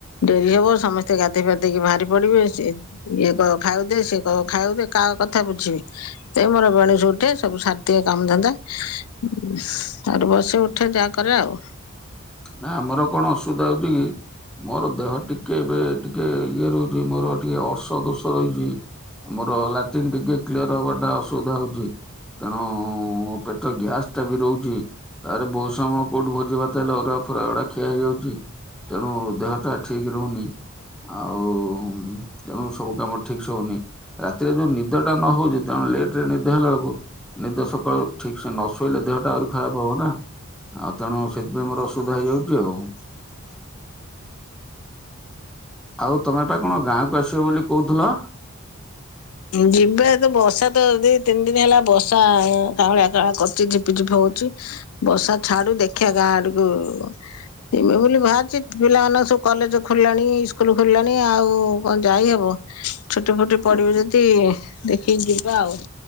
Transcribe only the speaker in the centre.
ନା ଆମର କଣ ଅସୁବିଧା ହଉଛି କି? ମୋର ଦେହ ଟିକେ ଏ ଟିକେ ଇଏ ରହୁଛି ମୋର ଟିକେ ଅର୍ସ ଦୋଷ ରହିଛି। ମୋର ଲାଟି୍ନ ଟିକେକ୍ଲିୟର ହବାଟା ଅସୁବଧା ହଉଛି। ତେଣୁ ପେଟ ଗ୍ୟାସ ଟା ବି ରହୁଛି। ତାରେ ବୋହୁତ ସମୟ କୋଉଠ ଭୋଜି ଭାତ ହେଲେ ଅରୁଆ ଫୁରା ଗୁଡା ଖିଆ ହେଇଯାଉଛି ତେଣୁ ଦେହଟା ଠିକ ରହୁନି ଆଉ ତେଣୁ ସବୁ କାମ ଠିକ ସେ ହଉନି ରାତିରେ ଯୋଉ ନିଦ ଟା ନ ହଉଛି ତେଣୁ ଲେଟ ରେ ନିଦ ହେଲା ବେଳକୁ। ନିଦ ସକାଳୁ ଠିକ ସେ ନ ଶୋଇଲେ ଦେହଟା ଆହୁରି ଖରାପ ହବ ନା ଆଉ ତେଣୁ ସେଥିପାଇଁ ମୋର ଅ ସୁଧା ହେଇଯାଉଛି ଆଉ। ଆଉ ତମେ ପା କଣ ଗାଁକୁ ଆସିବ ବୋଲି କହୁଥିଲ?